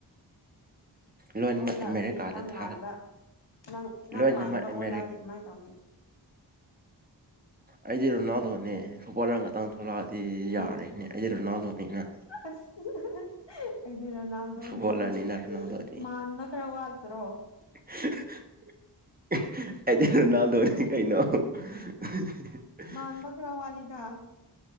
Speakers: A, on the right (about 20°); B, on the left (about 80°).
A: ꯂꯣꯏꯅꯃꯛ
B: ꯑꯣꯜꯂꯛꯑꯗꯤ
A: ꯑꯃꯦꯔꯤꯀꯥꯗ
B: ꯅꯪ
A: ꯊꯥ
B: ꯃꯥꯟꯕ ꯅꯪ ꯅꯪ
A: ꯂꯣꯏꯅꯃꯛ
B: ꯃꯥꯟꯕ ꯑꯣꯜꯂꯛꯑꯗꯤ
A: ꯑꯃꯦꯔꯤꯀꯥ
B: ꯀꯃꯥꯏ ꯇꯧꯅꯤ
A: ꯑꯩꯗꯤ ꯔꯣꯅꯥꯜꯗꯣꯅꯦ ꯐꯨꯠꯕꯣꯂꯔ ꯉꯇꯥꯡꯗꯨ ꯃꯥꯗꯤ
B: ꯎꯝ
A: ꯌꯥꯔꯦꯅꯦ ꯑꯩ ꯔꯅꯥꯜꯗꯣꯅꯤ ꯀ
B: ꯑꯁ <unintelligible> ꯑꯩꯗꯤ ꯔꯣꯅꯥꯜꯗꯣꯅꯦꯌꯦ
A: ꯐꯨꯠꯕꯣꯂꯔꯅꯤꯅ ꯔꯣꯅꯥꯜꯗꯣꯗꯤ
B: ꯃꯥꯟꯅꯗ꯭ꯔ ꯋꯥꯠꯇ꯭ꯔꯣ
A: <unintelligible> ꯑꯩꯗꯤ ꯔꯣꯅꯥꯜꯗꯣꯅꯤ ꯀꯩꯅꯣ <unintelligible>
B: ꯃꯥꯟꯕ ꯈꯔ ꯋꯥꯠꯂꯤꯗ